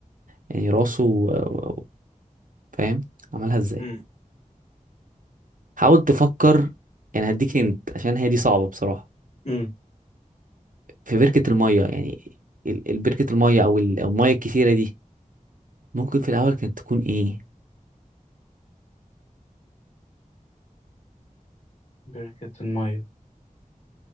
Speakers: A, on the right; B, on the left.
A: يعني راسه و- و- فاهم عملها ازاي
B: امم
A: حاول تفكر يعني هديك انت عشان هي دي صعبة بصراحة
B: امم
A: في بركة المية يعني ال- ال- بركة المية او ال- أو المية الكتيرة دي ممكن في الاول كانت تكون ايه
B: بركة المية